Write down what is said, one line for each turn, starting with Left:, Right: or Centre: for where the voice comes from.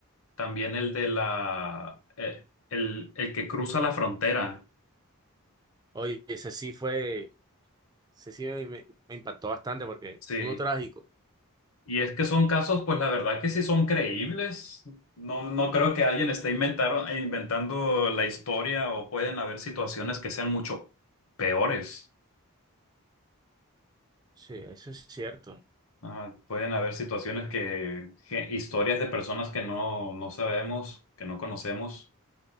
Left: También el de la... eh, el, el que cruza la frontera.
Right: Oye, ese sí fue, ese sí me, me- me impactó bastante porque
Left: Sí.
Right: uno trágico.
Left: Y es que son casos, pues la verdad que sí son creíbles. No, no creo que alguien esté inventaron- inventando la historia o pueden haber situaciones que sean mucho peores.
Right: Sí, eso es cierto.
Left: Ajá, Pueden haber situaciones que, ge- historias de personas que no, no sabemos, que no conocemos.